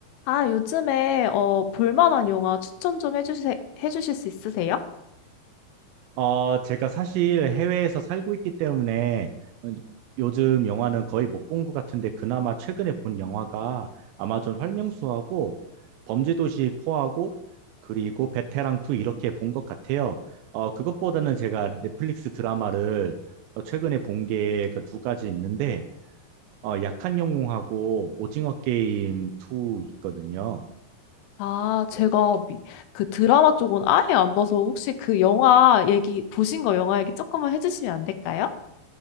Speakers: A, on the left; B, on the right.
A: 아, 요즘에 어, 볼만한 영화 추천 좀 해주세, 해주실 수 있으세요?
B: 어 제가 사실 해외에서 살고 있기 때문에 어, 요즘 영화는 거의 못 본 것 같은데 그나마 최근에 본 영화가 아마존 활명수하고 범죄도시 4하고 그리고 베테랑 2 이렇게 본 것 같아요. 어, 그것보다는 제가 넷플릭스 드라마를 어, 최근에 본 게 그 두 가지 있는데 어, 약한 영웅하고 오징어 게임 2 있거든요.
A: 아, 제가 미- 그 드라마 쪽은 아예 안 봐서 혹시 그 영화 얘기, 보신 거 영화 얘기 조금만 해주시면 안 될까요?